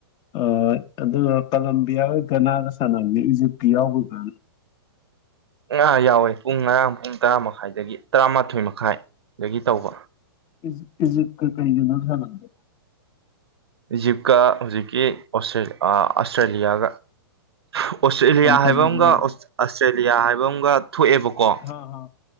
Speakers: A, on the left; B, on the right.
A: ꯑ ꯑꯗꯨꯒ ꯀꯂꯝꯕꯤꯌꯥꯒꯤꯒ ꯒꯥꯅꯥ ꯒ ꯁꯥꯟꯅꯕꯅꯦ ꯏꯖꯤꯞꯀꯤ ꯌꯥꯎꯕꯒ
B: ꯉꯥ ꯌꯥꯎꯋꯦ ꯄꯨꯡ ꯉꯔꯥꯡ ꯄꯨꯡ ꯇꯔꯥ ꯃꯈꯥꯏꯗꯒꯤ ꯇꯔꯥꯃꯥꯊꯣꯏ ꯃꯈꯥꯏꯗꯒꯤ ꯇꯧꯕ
A: ꯏꯖꯤ ꯏꯖꯤꯞꯀ ꯀꯩ ꯒ ꯅꯣ ꯁꯟꯅꯕ ꯗꯣ
B: ꯏꯖꯤꯞꯀ ꯍꯧꯖꯤꯛꯀꯤ꫰ꯑꯁꯇ꯭ꯔꯦꯂꯤꯌꯥꯒ ꯑꯣꯁꯇ꯭ꯔꯦꯂꯤꯌꯥ
A: ꯌꯥꯝ ꯐꯖꯕ꯭ꯔꯕ
B: ꯍꯥꯏꯕ ꯑꯃꯒ ꯑꯁꯇ꯭ꯔꯦꯂꯤꯌꯥ ꯍꯥꯏꯕ ꯑꯃꯝꯒ ꯊꯣꯛꯑꯦꯕꯀꯣ
A: ꯍꯥ ꯍꯥ